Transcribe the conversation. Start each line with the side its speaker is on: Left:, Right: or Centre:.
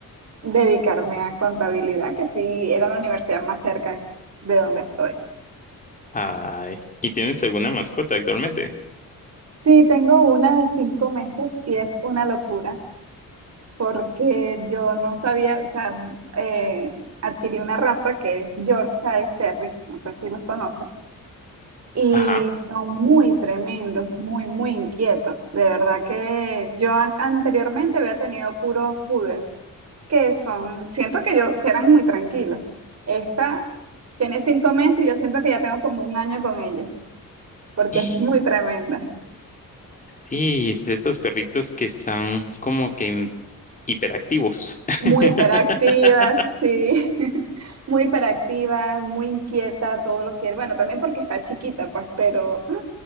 Right: dedicarme a contabilidad, que sí era la universidad más cerca de donde estoy.
Left: Ay, ¿y tienes alguna mascota actualmente?
Right: Sí, tengo una de cinco meses y es una locura porque yo no sabía, o sea, eh, adquirí una raza que es Yorkshire Terry, no sé si los conoces, y
Left: Ajá.
Right: son muy tremendos, muy, muy inquietos. De verdad que yo an- anteriormente había tenido puros poodles que son, siento que yo, que eran muy tranquilos. Esta tiene cinco meses y yo siento que ya tengo como un año con ella, porque
Left: <gasps>
Right: es muy tremenda,
Left: Y de estos perritos que están como que en- hiperactivos. <laughs>
Right: muy hiperactiva, sí, <laughs> muy hiperactiva, muy inquieta, todo lo que Bueno, también porque está chiquita, pues, pero <gasps> ¡ah!